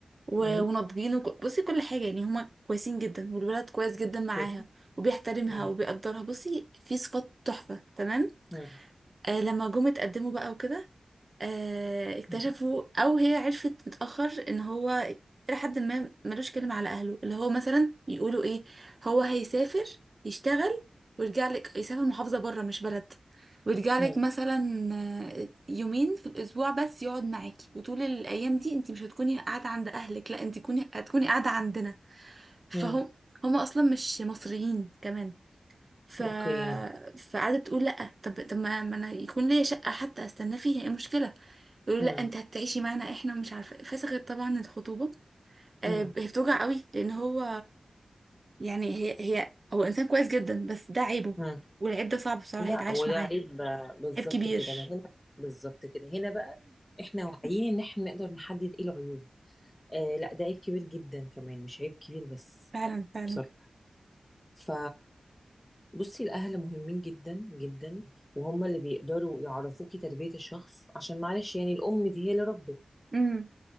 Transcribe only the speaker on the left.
مم.
اوكي.
مم.
مم.
مم.
مم.
مم.
اوكي
مم.
مم.
مم.
لا
وده
عيب بقى. بالظبط
كده ما هنا بالظبط كده هنا بقى احنا واعيين ان احنا نقدر نحدد ايه العيوب آه لا ده عيب كبير جدا كمان مش عيب كبير بس
بصراحة ف بصي الأهل مهمين جدا جدا وهم اللي بيقدروا يعرفوكي تربية الشخص عشان معلش يعني الأم دي هي اللي ربت